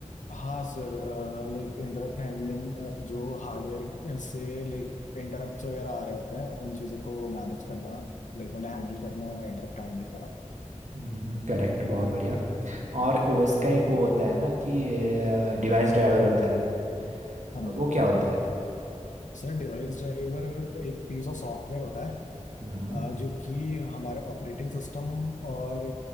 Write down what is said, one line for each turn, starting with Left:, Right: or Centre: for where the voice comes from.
Left: हाँ सर लाइक इंटरप्ट हैंडलिंग जो हार्डवेयर से लाइक इंटरप्ट्स वगैरह आ रहे होते हैं उन चीज़ों को मैनेज करना लाइक उन्हें हैंडल करना इंटरप्ट हैंडलिंग कहलाता है
Right: हम्म करेक्ट बहुत बढ़िया और ओएस का एक वो होता है ना कि डिवाइस ड्राइवर होता है
Left: हाँ
Right: और
Left: जी
Right: वो क्या होता है
Left: सर डिवाइस ड्राइवर एक पीस ऑफ सॉफ्टवेयर होता है
Right: हम्म
Left: अ, जो कि हमारे ऑपरेटिंग सिस्टम और